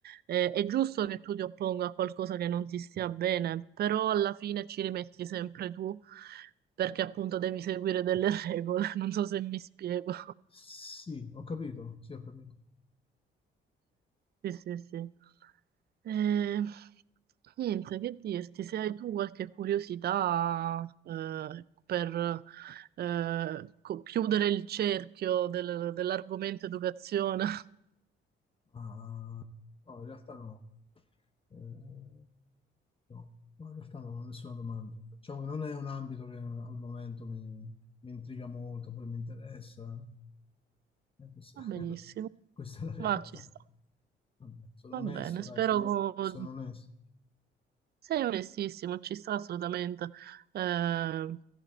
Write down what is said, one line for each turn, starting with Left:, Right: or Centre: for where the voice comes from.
Right: Eh, è giusto che tu ti opponga a qualcosa che non ti stia bene, però alla fine ci rimetti sempre tu, perché appunto devi seguire delle <laughs> regole. Non so se mi spiego.
Left: Sì, ho capito, sì, ho capito.
Right: Sì, sì, sì. Eh, niente, che dirti, se hai tu qualche curiosità eh, per eh, co- chiudere il cerchio del- dell'argomento educazione, <laughs>
Left: Ma no, in realtà no. Eh, no, no, in realtà non ho nessuna domanda. Diciamo che non è un ambito che al momento mi, mi intriga molto, poi mi interessa. Eh, questa,
Right: va benissimo,
Left: <laughs> questa è la realtà.
Right: ma ci sta.
Left: Vabbè, sono
Right: Va
Left: onesto,
Right: bene, spero
Left: dai, sono,
Right: co-
Left: sono onesto.
Right: Sei onestissimo, ci sta assolutamente. Eh,